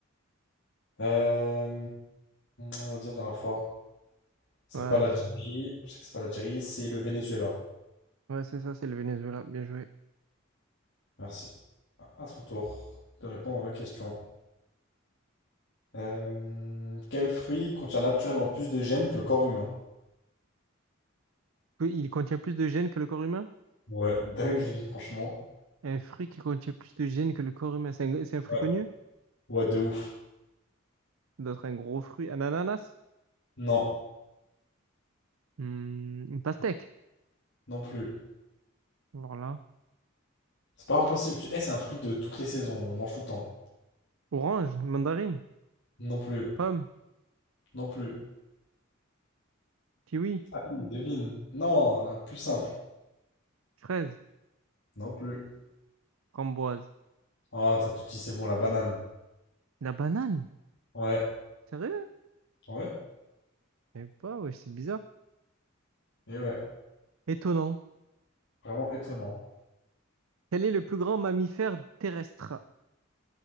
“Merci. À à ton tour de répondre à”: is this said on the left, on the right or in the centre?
Left